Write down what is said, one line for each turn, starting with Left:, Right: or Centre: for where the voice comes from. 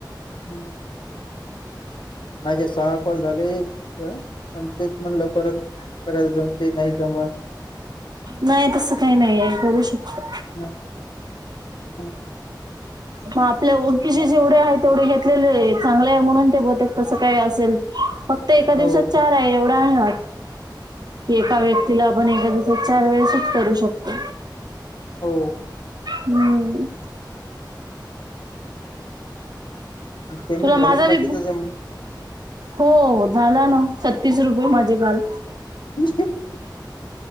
Left: हम्म. माझे सहा कॉल झाले त अन तेच म्हणलं परत खरंच जमते नाही जमत.
Right: नाही तसं काही नाही आहे करू शकता.
Left: हम हम्.
Right: मग आपल्या ओळखीचे जेवढे आहे तेवढे घेतलेले चांगले आहे म्हणून ते बतक तसं काय असेल. फक्त एका दिवसात
Left: हो
Right: चार आहे एवढा हात की एका वेळ तिला आपण एका दिवसात चार वेळेसच करू शकतो.
Left: हो.
Right: हम्म.
Left: पेमेंट
Right: तुला
Left: झालं
Right: माझा
Left: बाकीच
Right: विब्बू.
Left: जम
Right: हो झाला ना छत्तीस रुपये माझे काल.
Left: <inaudible>